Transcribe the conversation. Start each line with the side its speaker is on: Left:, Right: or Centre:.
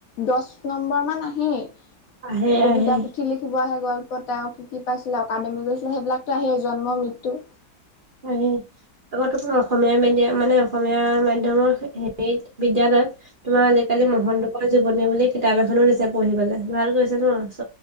Left: দশ নম্বৰ মান আহেই,
Right: আহে
Left: কবিতা
Right: আহে
Left: পুথি লিখিব আহে, গ'ল তেওঁ কি কি পাইছিল, অকাডেমি গৈছিলে সেইবিলাকতো আহে জন্ম-মৃত্যু।
Right: হয়। <unintelligible> অসমীয়া মিডিয়াম, মানে অসমীয়া মাধ্যমৰ হেৰিত বিদ্যালয়ত তোমাৰ আজিকালি মহন্তোকৰ জীৱনী বুলি কিতাপ এখনো দিছে পঢ়িবলে, ভাল কৰিছে নহ।